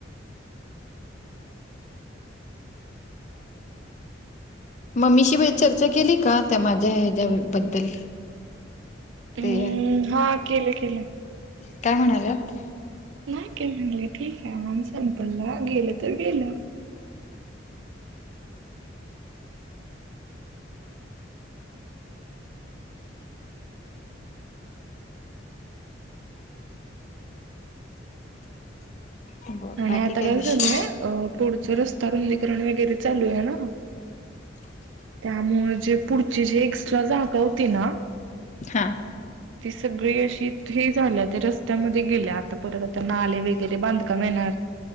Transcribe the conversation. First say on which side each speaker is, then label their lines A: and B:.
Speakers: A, on the left; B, on the right.
A: मम्मीशी चर्चा केली का त्या माझ्या ह्याच्याबद्दल?
B: हम्म
A: ते
B: हा केलं केलं.
A: काय म्हणाल्यात?
B: नाही काय म्हणाली सामान संपलं तर संपलं गेलं तर गेलं.
A: बर
B: आणि
A: बाकी
B: आता काय
A: विषय
B: झालंय पुढचा रस्ता रुंदीकरण वगैरे चालू आहे ना. त्यामुळे जे पुढची जी एक्स्ट्रा जागा होती ना
A: हा!
B: ती सगळी अशी हे झाल्या ते रस्त्यामध्ये गेल्या आता परत आता नाले वगैरे बांध काम येणार.